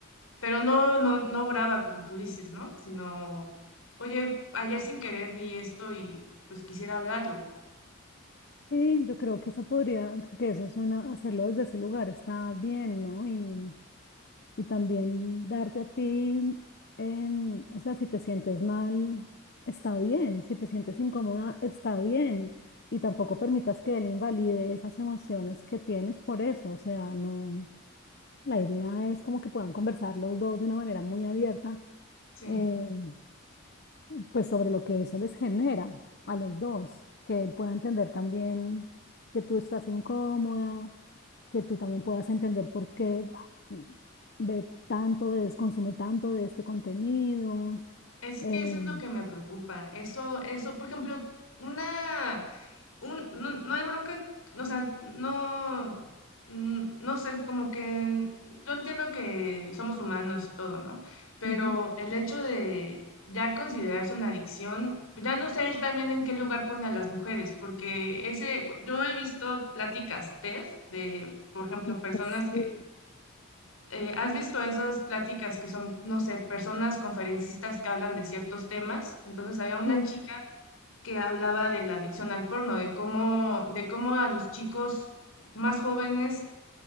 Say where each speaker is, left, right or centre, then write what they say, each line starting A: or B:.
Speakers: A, on the left; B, on the left.
A: Pero no, no, no brava, como tú dices, ¿no? Sino, oye, ayer sin querer vi esto y pues quisiera hablarlo.
B: Sí, yo creo que esa podría, que eso es una, hacerlo desde ese lugar está bien, ¿no? Y, y también darte a ti, em, o sea, si te sientes mal, está bien, si te sientes incómoda, está bien, y tampoco permitas que él invalide esas emociones que tienes por eso, o sea, no, la idea es como que puedan conversar los dos de una manera muy abierta.
A: Sí.
B: em, pues sobre lo que eso les genera a los dos, que él pueda entender también que tú estás incómoda, que tú también puedas entender por qué ah, ve tanto de, consume tanto de este contenido.
A: Es
B: eh,
A: que eso es lo que me preocupa. Eso, eso, por ejemplo, una, un, no, no hay bronca, o sea, no, mm, no sé, como que yo entiendo que somos humanos y todo, ¿no? Pero
B: ujú,
A: el hecho de ya considerarse una adicción, ya no sé él también en qué lugar pone a las mujeres, porque ese, yo he visto pláticas TED de, por ejemplo,
B: ujú,
A: personas que
B: sí,
A: eh, ¿has visto esas pláticas que son, no sé, personas conferencistas que hablan de ciertos temas? Entonces había una
B: sí.
A: chica que hablaba de la adicción al porno, de cómo, de cómo a los chicos más jóvenes